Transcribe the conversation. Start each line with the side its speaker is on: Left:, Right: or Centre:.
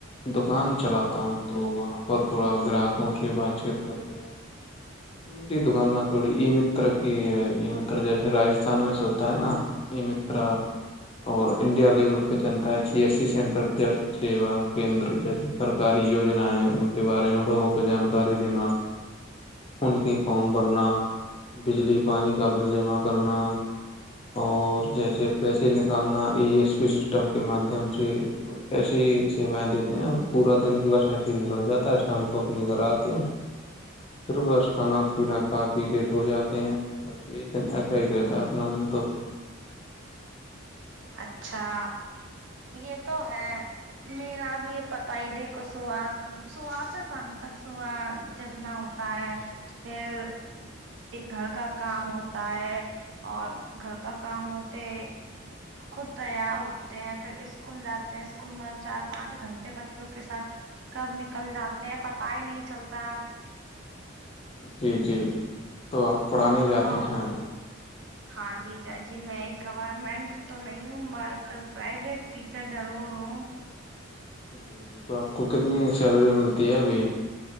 Left: دکان چلاتا ہوں تو وہاں پر تھوڑا گراہکوں سے بات چیت کر پار میری دکان نہ تھوڑی ای متر کی ہے ای متر جیسے راجستھان میں چلتا ہے نا یہ مترا اور انڈیا لیول پہ چلتا ہے سی ایس سی سینٹر ج سیوا کیندر جس سرکاری یجنا ہے ان کے بارے میں لوگوں کو جانکاری دینا ان کے فارم بھرنا بجلی پانی کا بل جمع کرنا اور جیسے پیسے نکالنا ای ایس پی سسٹم کے مادھیم سے ایسی ہی سیوائیں دیتے ہیں پورا دن بس ایسے ہی نکل جا ہے شام کو اپنے گھر آتے ہیں پھر بس کھانا پینا کا پی کے سو جاتے ہیں بس یہی دن ایسا ہی رہتا ہے اپنا دن تو
Right: اچھا یہ تو ہے میرا اب یہ پتا ہی دیکھو صبح صبح سے شام تک صبح جگنا ہوتا پ پھر
Left: جی جی
Right: گھر کا کام ہوتا ہے اور گھر کا کام ہوتے خود تیار ہوتے ہیں پھر اسکول جاتے ہیں اسکول میں چار پانچ گھنٹے بچوں کے ساتھ کب نکل جاتے ہیں پتا ہی نہیں چلتا
Left: جی جی تو آپ پڑھانے جاتے
Right: اور
Left: ہیں
Right: ہاں جی ج جی میں ایک گورمنٹ تو نہیں ہوں بٹ پرائیویٹ ٹیچر ضرور ہوں
Left: جی جی تو آپ کو کتنی سیلری ملتی ہے ابھی